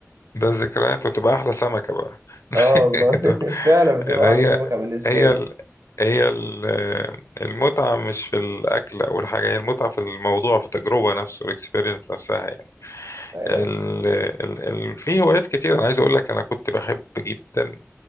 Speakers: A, on the left; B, on the right.
A: ده ذكريات وتبقى احلى سمكة بقى <laughs>
B: اه والله <laughs>
A: ده-
B: فعلا بتبقى
A: اللي هي
B: احلى سمكة بالنسبة
A: هي
B: لي
A: ال... هي ال- المتعة مش في الأكل أو الحاجة هي المتعة في الموضوع في التجربة نفسه الإكسبيرينس نفسها يعني
B: ايوه
A: ال... ال... ال... في هوايات كتير أنا عايز أقول لك أنا كنت بحب جدا